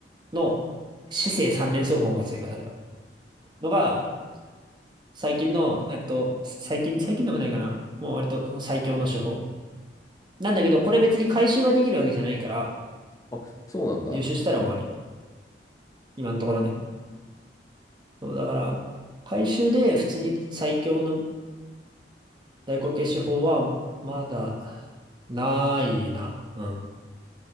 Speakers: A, on the right; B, on the left.
A: の姿勢三連奏法が追加されたのが、最近の、えっと、最近、最近でもないかなもう割とその最強の手法。なんだけど、これ別に回収ができるわけじゃないから、
B: あ、そうなんだ。
A: 入手したら終わり。今のところね。そう、だから、回収で普通に最強の大口径手法は、まだ、ないな。うん。